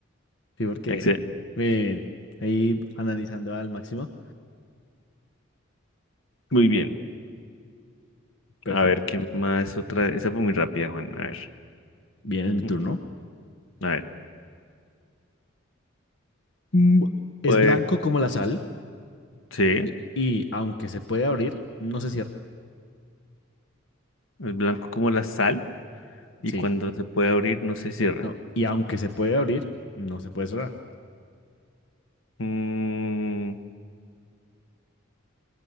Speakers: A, on the left; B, on the left.
A: Sí, porque
B: Excel.
A: bien, bien, ahí analizando al máximo.
B: Muy bien.
A: Perfecto.
B: A ver, ¿qué más otra? Esa fue muy rápida, Juan. A ver.
A: Bien, es mi turno.
B: Mm, A ver.
A: Mm, Es
B: Pues,
A: blanco como la sal
B: sí, es
A: y, y aunque se puede abrir, no se cierra.
B: blanco como la sal y
A: Sí,
B: cuando se puede abrir no se cierra.
A: no. Y aunque se puede abrir, no se puede cerrar.
B: Mm,